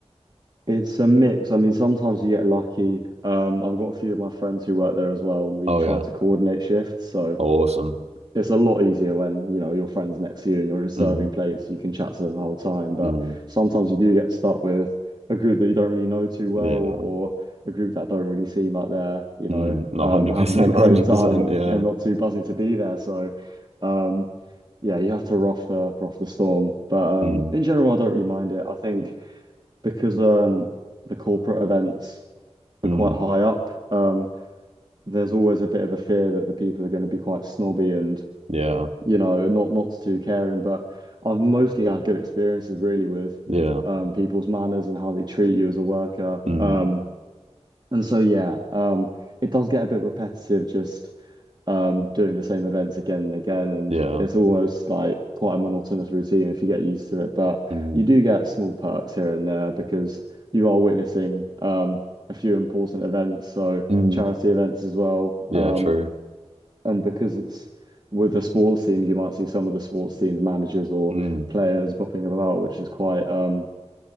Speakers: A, on the right (about 40°); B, on the right (about 65°).
A: It's a mix. I mean, sometimes you get lucky. Um, I've got a few of my friends who work there as well, and we
B: Oh
A: try
B: yeah.
A: to coordinate shifts. So
B: Oh, awesome.
A: it's a lot easier when, you know, your friend's next to you and you're just serving
B: Mm,
A: plates. You can chat to them the whole time. But
B: mm,
A: sometimes you do get stuck with a group that you don't really know too well
B: yeah.
A: or a group that don't really seem like they're, you
B: Mm,
A: know,
B: no,
A: um,
B: 100%,
A: <laughs> having a great
B: 100%,
A: time.
B: yeah.
A: They're not too buzzing to be there. So, um, yeah, you have to rough the rough the storm. But
B: Mm,
A: um, in general, I don't really mind it. I think. because um the corporate events are
B: mm,
A: quite high up, um, there's always a bit of a fear that the people are going to be quite snobby and,
B: yeah.
A: you know, not not too caring. But I've mostly had good experiences really with
B: Yeah.
A: um people's manners and how they treat you as a worker.
B: Mm,
A: Um and so yeah, um it does get a bit repetitive just um, doing the same events again and again. And
B: yeah.
A: it's almost like quite a monotonous routine if you get used to it. But
B: Mm,
A: you do get small perks here and there because you are witnessing um, a few important events, so
B: mm,
A: charity events as well.
B: yeah,
A: Um,
B: true.
A: and because it's with the sports teams, you might see some of the sports teams managers or
B: Mm,
A: players bopping about, which is quite um,